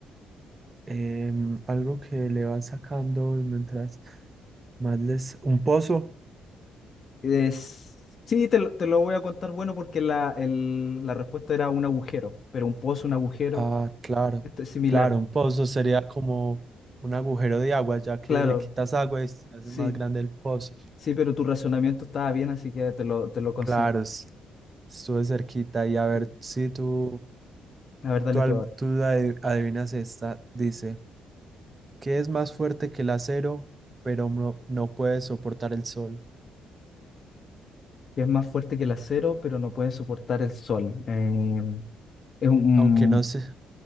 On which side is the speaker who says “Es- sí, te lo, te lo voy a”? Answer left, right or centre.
Left